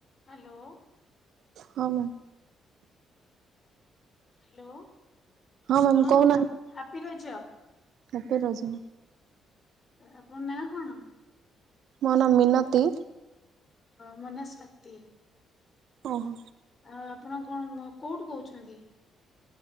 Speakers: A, on the left; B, on the right.
A: Hello
B: ହଁ ma'am
A: hello.
B: Ma'am
A: ହଁ
B: କହୁନାହାନ୍ତି
A: ହାପି ରଜ।
B: ହାପି ରଜ।
A: ଆପଣ ନାଁ କଣ?
B: ମୋ ନାଁ ମିନତି
A: ମୋ ନାଁ ସ୍ୱାତୀ <unintelligible>
B: ଓହୋ
A: ଆପଣ କଣ କୋଉଠୁ କହୁଛନ୍ତି।